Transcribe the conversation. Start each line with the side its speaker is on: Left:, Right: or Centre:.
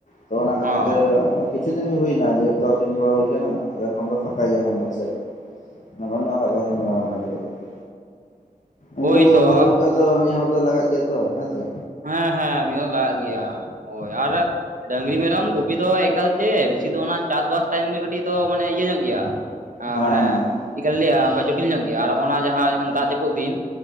Left: ᱛᱚ ᱚᱱᱟ ᱠᱷᱟᱹᱛᱤᱨ
Right: ᱚ
Left: ᱛᱮ᱾ ᱠᱤᱪᱷᱩ ᱫᱤᱱ ᱜᱮ ᱦᱩᱭᱱᱟ ᱡᱷᱚᱛᱚ ᱟᱹᱠᱷᱨᱤᱧ ᱵᱟᱲᱟ ᱦᱩᱭ ᱠᱟᱱᱟ ᱟᱫᱚ ᱮᱠᱷᱚᱱ ᱫᱚ ᱯᱷᱟᱠᱟ ᱭᱮᱭᱟ ᱠᱷᱟᱱ ᱫᱚ ᱥᱮᱨᱚᱠᱚᱢ᱾ <unintelligible>
Right: ᱟᱪᱪᱷᱟ
Left: ᱩᱱᱠᱩ
Right: ᱦᱳᱭᱛᱚ
Left: ᱫᱚ ᱞᱤᱠᱩ ᱠᱷᱟᱡ ᱫᱚ ᱢᱤᱫ ᱦᱚᱲ ᱫᱚ ᱞᱟᱜᱟᱜ ᱜᱮᱭᱟ ᱛᱚ, ᱦᱮᱸᱥᱮ?
Right: ᱦᱮᱸ ᱦᱮᱸ ᱢᱤᱫ ᱦᱚᱲ ᱞᱟᱜᱟᱜ ᱜᱮᱭᱟ ᱦᱳᱭ ᱟᱨ ᱰᱟᱺᱝᱨᱤ ᱢᱮᱨᱚᱢ ᱜᱩᱯᱤ ᱫᱚ ᱮᱠᱟᱞ ᱪᱮ ᱵᱮᱥᱤ ᱫᱚ ᱚᱱᱟ ᱪᱟᱥ ᱵᱟᱥ ᱴᱟᱭᱤᱢ ᱜᱮ ᱠᱟᱹᱴᱤᱡ ᱫᱚ ᱢᱟᱱᱮ ᱤᱭᱟᱹ ᱧᱚᱜ ᱜᱮᱭᱟ ᱟ
Left: ᱦᱮᱸ ᱦᱮᱸ
Right: ᱢᱟᱱᱮ ᱪᱮᱜᱠᱟ ᱞᱤᱧ ᱞᱟᱹᱭᱟ ᱚᱱᱠᱟ ᱡᱚ ᱡᱚᱴᱤᱞ ᱧᱚᱜ ᱜᱮᱭᱟ ᱟᱨ ᱚᱱᱟ ᱡᱟᱸᱦᱟ ᱡᱮᱢᱚᱱ ᱫᱟᱜ ᱡᱟᱹᱯᱩᱫ ᱫᱤᱱ